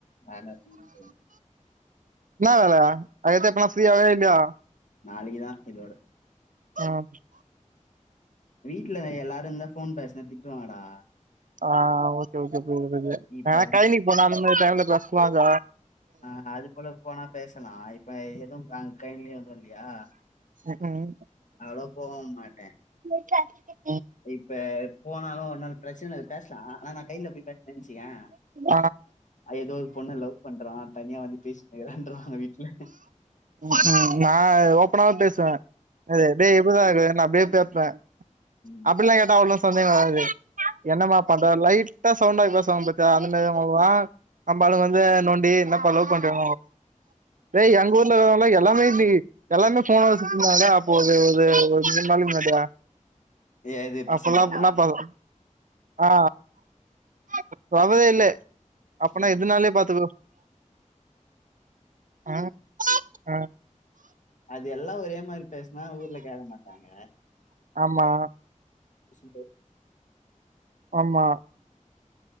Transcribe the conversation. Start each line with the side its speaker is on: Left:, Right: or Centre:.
Left: வேல வீட்ல
Right: ன்னா வேல அதுக் அடுத்து எப்பனா ஃபீரியாவய இல்லயா
Left: நளைக்குதா இதோட
Right: ஆம்
Left: வீட்ல எல்லாரு இந்தா ஃபோன் பேசுனா திட்டுவாங்கடா
Right: ஆஹ் ஓகே ஓகே புரிது புரிது
Left: இப்ப
Right: ஆஹ் கைய்னிக் போனா அந்த மாரி டைம்ல பேசுவாங்க
Left: ஆஹ் அது போல போனா பேசலா இப்ப எதும் காணோ கயினிலு எது ல்லயா
Right: ம்ஹூம்
Left: அவ்ளோவா போக மாட்டே
Right: <unintelligible>
Left: இப்ப போனாலு ஒன்னுல் பிரச்சனல் பேஸ்லா ஆனா நா கைல போய் பேஸ்னன் வச்சிகே
Right: ம்
Left: ஏதோ ஒரு பொண்ண லவ் பண்றா தனியா வந்து பேசினுகிறான்றாங்க வீட்ல
Right: உம் நா ஓப்பனாவே பேசுவ டேய் <unintelligible>
Left: ம்
Right: அப்பில்லா கேட்டா அவ்ளோவ சந்தேக வராது என்னமா பண்ற லைட் த சவுண்டா பேசுவாங் பத்தியா அந்த மேரி <unintelligible> நம்ப ஆளுங்க வந்து நோண்டி என்னபா லவ் பண்றியா டேய் எங்க ஊர்ல இருக்கவுங்க எல்லாமே இன்னிகி எல்லாமே ஃபோன வச்சிட்ருந்தாங்கடா அப்போ ஒரு ஒரு ஒரு மூன் நாளைக் முன்னாடி
Left: ஏ இது பசங்களா
Right: அப்பல்லாப் பன்னாப்பவு ஆ <unintelligible> இல்லே அப்பனா
Left: ம்
Right: எதுனாலே பாத்துக்கர அ அ
Left: அது எல்லா ஒரேம் மாரி பேஸ்னா ஊர்ல கேக்க மாட்டாங்க
Right: ஆமா
Left: <unintelligible>
Right: ஆமா